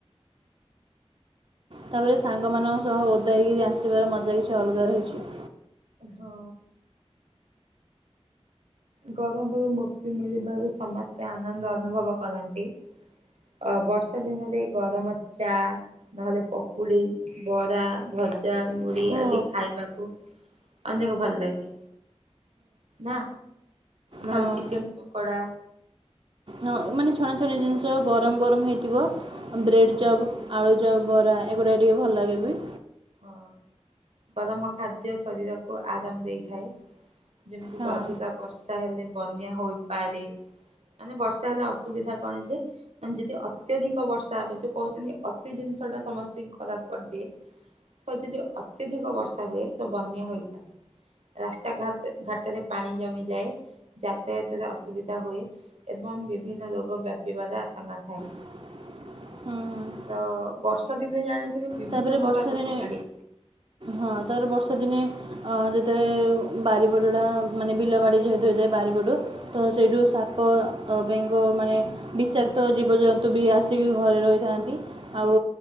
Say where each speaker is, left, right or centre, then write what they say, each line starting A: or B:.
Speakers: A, on the right; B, on the right.
A: ତାପରେ ସାଙ୍ଗମାନଙ୍କ ସହ ଓଦ ହୋଇକିରି ଆସିବାର ମଜା କିଛି ଅଲଗା ରହିଛି।
B: ହଁ। ଗରମପରୁ ମୁକ୍ତି ମିଳିବାରୁ ସମସ୍ତେ ଆନନ୍ଦ ଅନୁଭବ କରନ୍ତି। ଅ ବର୍ଷା ଦିନରେ ଗରମ ଚା ନହେଲେ ପକୁଡି ବରା ଭଜା ମୁଢି
A: ହଁ
B: ଆଦି ଖାଇବାକୁ ଅନେକ ଭଲ ଲାଗେ ନା? ନହେଲେ
A: ହଁ
B: ଚିକେନ ପକୋଡ଼ା
A: ହଁ ମାନେ ଛଣା ଛଣି ଜିନିଷ ଗରମ ଗରମ ହେଇଥିବ ବ୍ରେଡ
B: ହଁ
A: ଚପ୍ ଆଳୁଚପ ବରା ଏଗୁଡ଼ା ଟିକେ ଭଲ ଲାଗେ ବି
B: ହଁ ଗରମ ଖାଦ୍ୟ ଶରୀରକୁ ଆରାମ ଦେଇଥାଏ। ଯେମିତିକ
A: ହଁ ହଁ
B: ଅଧିକା ବର୍ଷା ହେଲେ ବନ୍ୟା ହୋଇପାରେ ମାନେ ବର୍ଷା ହେଲେ ଅସୁବିଧା କଣ ଯେ? ଯଦି ଅତ୍ୟଧିକ ବର୍ଷା ହବ ଯୋଉ କହୁଛନ୍ତି ଅତି ଜିନିଷ ଟା ସମସ୍ତଙ୍କୁ ଖରାପ କରିଦିଏ। ତ ଯଦି ଅତ୍ୟଧିକ ବର୍ଷା ହୁଏ ତ ବନ୍ୟା ହୋଇପାରେ। ରାସ୍ତା ଘାଟ ଘାଟରେ ପାଣି ଜମିଯାଏ ଯାତାୟତରେ ଅସୁବିଧା ହୁଏ ଏବଂ ବିଭିନ୍ନ ରୋଗ ବ୍ୟାପିବାର ଆଶଙ୍କା ଥାଏ।
A: ହୁଁ।
B: ତ ବର୍ଷା ଦିନେ ଜାଣିଥିବେ ବିଭିନ୍ନ
A: ତା'ପରେ
B: ପ୍ରକାର
A: ବର୍ଷାଦିନେ
B: ରୋଗ ମାଡି
A: ହଁ ତାର ବର୍ଷା ଦିନେ ଅ ଯେତେବେଳେ ବାରିପଟ ଟା ମାନେ ବିଲ ବାଡି ଯେହେତୁ ହୋଇଥାଏ ବାରିପଟ ତ ସେଇଠୁ ସାପ ବେଙ୍ଗ ମାନେ ବିଷାକ୍ତ ଜୀବଜନ୍ତୁ ବି ଆସିକି ଘରେ ରହିଥାନ୍ତି ଆଉ